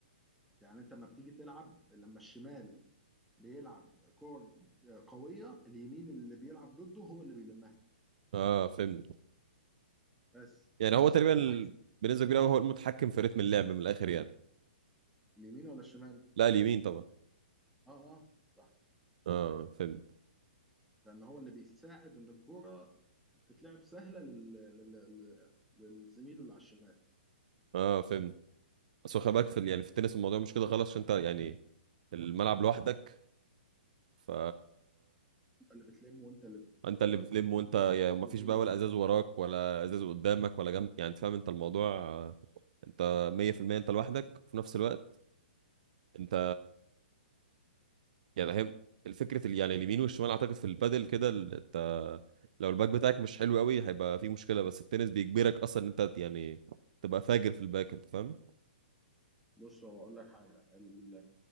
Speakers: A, in the centre; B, on the right.
A: يعني انت لما بتيجي تلعب لما الشمال بيلعب كور آه، قويه اليمين اللي بيلعب ضده هو اللي بيلمها
B: آه فهمت
A: بس
B: يعني
A: ونفس
B: هو تقريبا
A: العكس
B: ال- بنسبة كبيرة أوي هو المتحكم في رتم اللعب من الآخر يعني
A: اليمين ولا الشمال
B: لا اليمين طبعا
A: اه اه صح
B: آه فهمت
A: لان هو اللي بيساعد ان الكرة تتلعب سهلة لل... لل... لل- للزميله اللي على الشمال
B: آه فهمت أصل خلي بالك في ال- يعني في التنس الموضوع مش كده خالص عشان أنت يعني الملعب لوحدك ف
A: انت اللي بتلم وانت اللي بت...
B: انت اللي بتلم
A: بتجيب
B: وانت
A: النقط
B: يا ما فيش
A: وكل
B: بقى
A: حاجة
B: ولا ازاز وراك ولا ازاز قدامك ولا جنب يعني انت فاهم انت الموضوع آه، انت 100% انت لوحدك وفي نفس الوقت انت يعني هي الفكره ال- يعني اليمين والشمال اعتقد في البادل كده ال- انت لو الباك بتاعك مش حلو قوي هيبقى في مشكله بس التنس بيجبرك اصلا ان انت يعني تبقى فاجر في الباك انت فاهم
A: بص هو اقول لك حاجة ال...